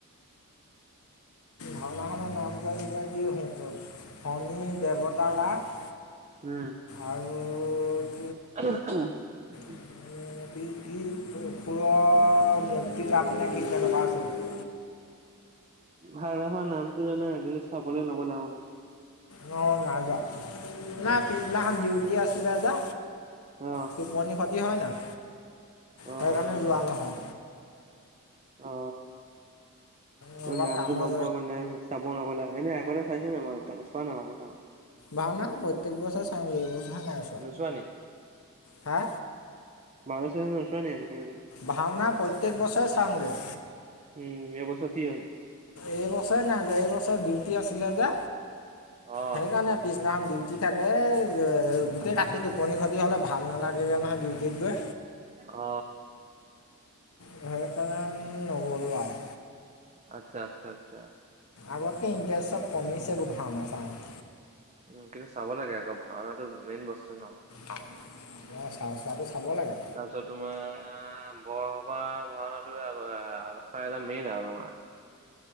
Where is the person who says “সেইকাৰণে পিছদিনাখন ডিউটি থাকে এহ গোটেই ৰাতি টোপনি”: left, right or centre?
Left